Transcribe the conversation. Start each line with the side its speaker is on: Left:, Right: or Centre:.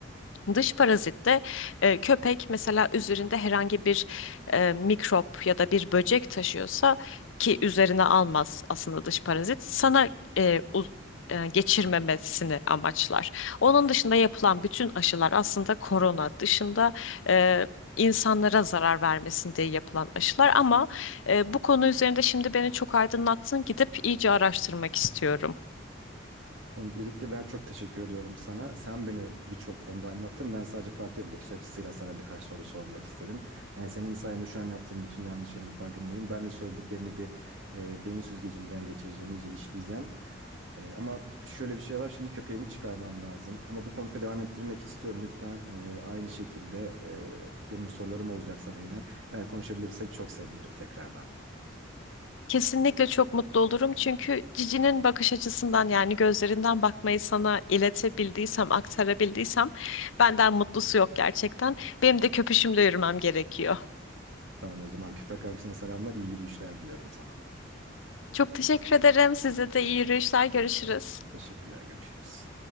Left: Dış parazit de e, köpek mesela üzerinde herhangi bir e, mikrop ya da bir böcek taşıyorsa ki üzerine almaz aslında dış parazit sana e, uz- e, geçirmemesini amaçlar. Onun dışında yapılan bütün aşılar aslında korona dışında e, insanlara zarar vermesin diye yapılan aşılar ama e, bu konu üzerinde şimdi beni çok aydınlattın gidip iyice araştırmak istiyorum.
Right: Öncelikle ben çok teşekkür ediyorum sana. Sen beni birçok konuda anlattın. Ben sadece farklı bir bakış açısıyla sana birkaç soru sormak istedim. Yani senin sayende şu an yaptığım bütün yanlışların farkındayım. Ben de söylediklerini bir e, beyin süzgecimden geçireceğim, iyice işleyeceğim. Ee, ama şöyle bir şey var. Şimdi köpeğimi çıkarmam lazım. Ama bu konuşmayı devam ettirmek istiyorum. Lütfen e, aynı şekilde e, benim sorularım olacak sana yine. Eğer konuşabilirsek çok sevinirim tekrardan.
Left: Kesinlikle çok mutlu olurum çünkü Cici'nin bakış açısından yani gözlerinden bakmayı sana iletebildiysem, aktarabildiysem benden mutlusu yok gerçekten. Benim de köpüşümle yürümem gerekiyor.
Right: Tamam o zaman köpek arkadaşına selamlar, iyi yürüyüşler diyorum sana.
Left: Çok teşekkür ederim. Size de iyi yürüyüşler. Görüşürüz.
Right: Teşekkürler, görüşürüz.